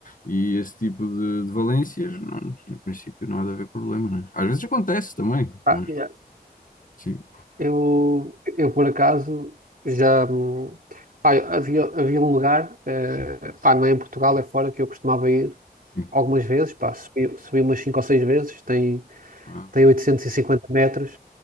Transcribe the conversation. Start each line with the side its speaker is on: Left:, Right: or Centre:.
Left: E esse tipo de, de valências, não, em princípio não há de haver problema, né? Às vezes acontece também,
Right: ah,
Left: mas
Right: yeah.
Left: sim,
Right: Eu, eu por acaso já hum, pá, havia, havia um lugar, eh, pá, não é em Portugal, é fora que eu costumava ir
Left: sim.
Right: algumas vezes, pá, subi, subi umas 5 ou 6 vezes, tem,
Left: Ah.
Right: tem 850 metros,